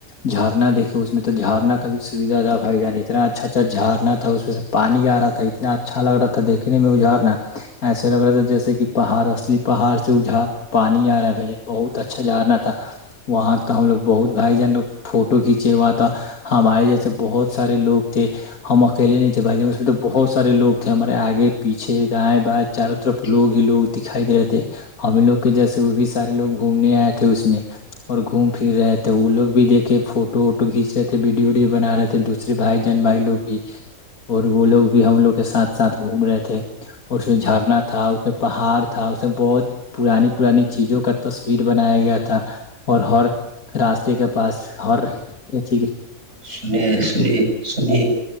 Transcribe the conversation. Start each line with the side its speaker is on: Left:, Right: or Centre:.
Left: جھرنا دیکھے اس میں تو جھرنا کا کبھی سویدھا نہا بائی جانی اتنا اچھا اچھا جارڑنا تھا اس پانی آ رہا تھا اتنا اچھا لگ رہا تھا دیکھنے میں اجھارنا ایسے لگ رہا تھا جیسے کہ پہاڑ اصلی پہاڑ سے اجھڑ پانی آ رہا ہے بھائی جان بہت اچھا جڑنا تھا وہاں کا ہم لوگ بہت بھائی جان فوٹو کھینچے ہوا تھا ہمارے جیسے بہت سارے لوگ تھے ہم پہلے نہیں تھے بھائی ج اس میں تو بہت سارےوگ تھے ہمارے آگے پیچھے دائیں بائیں چاروں طرف لوگ ہی لوگ دکھائیے تھے ہم لوگ کے جیسے وہ بھی سارے لوگ گھومنے آئے تھے اس میں اور گھوم پھر رہے تھے وہ لوگ بھی دیکھے فوٹو ووٹو کھینچ رہے تھے ویڈیو ویڈیو بنا رہے تھے دوسرے بھائی جہن بھائی لو بھی اور وہ لوگ بھی ہم لوگ کے ساتھ ساتھ گھوم رہے تھے اور اس میں جھرنا تھا اس میں پہاڑ تھا اس میں بہت پرانی پرانی چیزوں کا تصویر بنایا گیا تھا اور ہر راستے کے پاس ہرھی
Right: سنی سنیے سنی